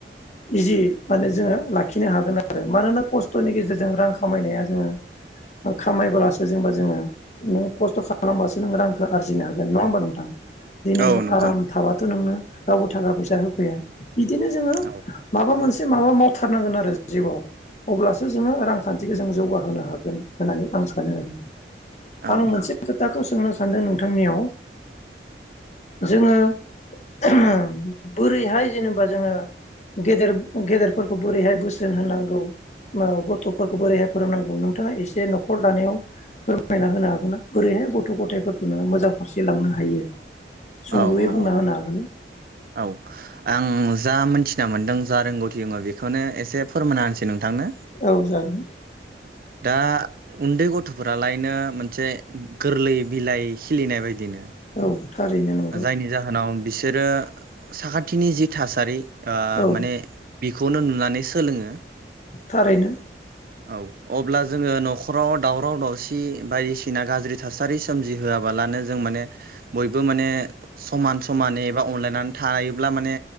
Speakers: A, on the left; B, on the right.
A: इजि माने जोङो लाखिनो हागोन आरो मानोना खस्थ'नि गेजेरजों रां खामायनाया जोङो खामायबोलासो जेनेबा जोङो नों खस्थ' खालामबासो रांखौ आरजिनो हागोन नङा होनबा नोंथां? दिनै
B: औ नंगौ
A: आराम थाबाथ' नोंनो रावबो थाखा फैसा होफैया बिदिनो जोङो
B: औ
A: माबा मोनसे एसे माबा मावथारनांगोन आरो जिउआव अब्लासो जोङो रांखान्थिखौ जों जौगाहोनो हागोन होननानै आं सानो आरो
B: औ
A: आं मोनसे खोथाखौ सोंनो सान्दों नोंथांनियाव जोङो <unintelligible> बोरैहाय जेनेबा जोङो गेदेर गेदेरफोरखौ बोरैहाय बोसोन होनांगौ गथ'फोरखौ बोरैहाय फोरोंनांगौ नोंथाङा एसे न'खर दानायाव फोरमायना होनो हागोन ना? बोरैहाय गथ' गथायफोरखौनो मोजां फारसे लांनो हायो सुंद'यै
B: औ औ
A: बुंना
B: औ
A: होनो हागोन ना
B: औ आं जा मोनथिना मोन्दों जा रोंगौथि दोङो बेखौनो एसे फोरमायना होनसै नोंथांनो
A: औ जागोन
B: दा उन्दै गथ'फोरालायनो मोनसे गोरलै बिलाइ खिलिनाय बायदिनो
A: औ थारैनो नंगौ
B: जायनि जाहोनाव बिसे सोरो साखाथिनि जि थासारि ओ
A: औ
B: माने बेखौनो नुनानै सोलोङो।
A: थारैनो।
B: औ अब्ला जोङो न'खराव दावराव दावसि बायदिसिना गाज्रि थासारि सोमजिहोआबालानो जों माने बयबो माने समान समानै एबा अनलायनानै थायोब्ला माने